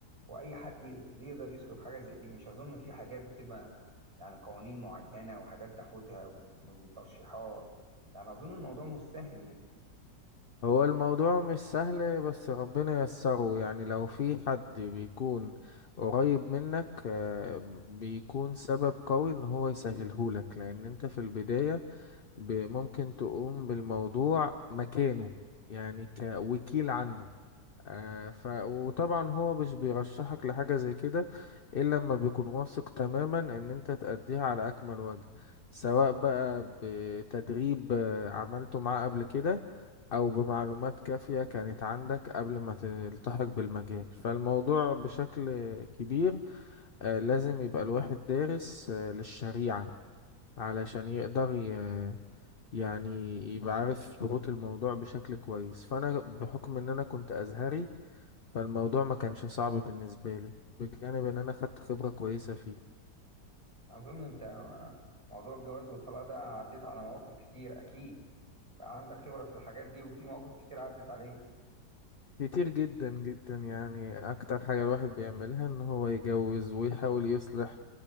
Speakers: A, on the right; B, on the left.
A: هو اي حد يقد- يقدر يسلك حاجه زي دي مش اظن في حاجات بتبقى يعني قوانين معينه وحاجات تاخدها وت- وترشيحات يعني اظن الموضوع مش سهل يعني
B: هو الموضوع مش سهل بس ربنا ييسره يعني لو في حد بيكون قريب منك آه، بيكون سبب قوي ان هو يسهلهولك لان انت في البداية ب- ممكن تقوم بالموضوع مكانه يعني كوكيل عنه آه ف وطبعا هو مش بيرشحك لحاجة زي كده إلا لما بيكون واثق تماما إن أنت تأديها على أكمل وجه سواء بقى بتدريب آه، عملته معاه قبل كده أو بمعلومات كافية كانت عندك قبل ما تلتحق بالمجال فالموضوع بشكل كبير آه، لازم يبقى الواحد دارس آه، للشريعة علشان يقدر ي... يعني يبقى عارف شروط الموضوع بشكل كويس فأنا بحكم إن أنا كنت أزهري فالموضوع ما كانش صعب بالنسبة لي بجانب ان انا خدت خبرة كويسة فيه
A: اظن انت موضوع الجواز والطلاق ده عديت على مواقف كتير اكيد بقى عندك خبره في الحاجات دي وفي مواقف كتير عدت عليك
B: كتير جدا جدا يعني اكتر حاجة الواحد بيعملها ان هو يجوز ويحاول يصلح